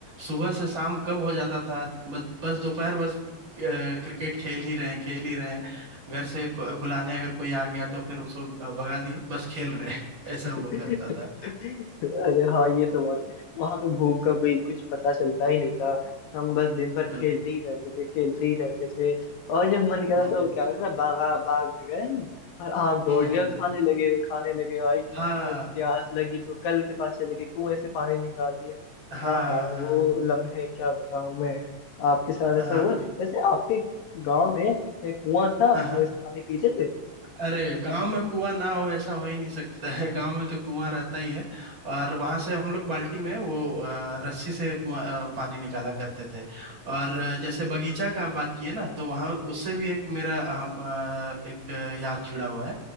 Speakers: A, on the right (about 35°); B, on the left (about 80°).
A: सुबह से शाम कब हो जाता था बस बस दोपहर बस अ, क्रिकेट खेल ही रहे हैं खेल ही रहे हैं घर से को- बुलाने अगर कोई आ गया तो फिर उसको अ, भगा दिए बस खेल रहे हैं <laughs> ऐसा
B: अरे
A: हुआ करता था
B: हाँ ये तो बात वहां पे भूख का कोई कुछ पता चलता ही नहीं था हम बस दिन भर
A: बिल्कुल
B: खेलते ही रहते थे खेलते ही रहते थे और जब मन करा
A: हम्म
B: तो क्या करा बागा बाग में गए हम और आम तोड़
A: हम्म
B: लिया
A: हम्म
B: हम्म। खाने लगे वे खाने लगे भाई
A: हाँ
B: प्यास लगी तो कल के पास चले गए कुएं से पानी निकाल लिया
A: हाँ
B: हाँ हाँ वो
A: हाँ
B: लम्हे क्या बताऊं मैं आपके साथ
A: हाँ
B: ऐसा
A: हाँ
B: हुआ वैसे आपके गांव में एक कुआं था आप
A: हाँ हाँ
B: कुएं से पानी पीते थे
A: अरे गांव में कुआं ना हो ऐसा हो ही नहीं सकता है गांव में तो कुआं रहता ही है और वहां से हम लोग बाल्टी में वो अ, रस्सी से कुआं अ, पानी निकाला करते थे और अ, जैसे बगीचा का बात किए ना तो वहां उससे भी एक मेरा हम, अ, एक याद जुड़ा हुआ है